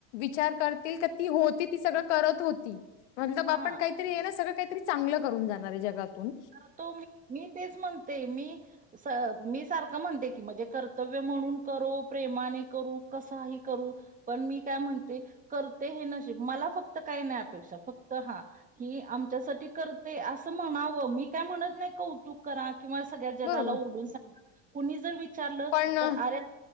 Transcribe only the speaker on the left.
विचार करतील ती होती ती सगळं करत होती. म्हणल ब आपण
काहीतरी आहे ना सगळं काहीतरी चांगलं करून जाणार आहे जगातून.
बरोबर
पण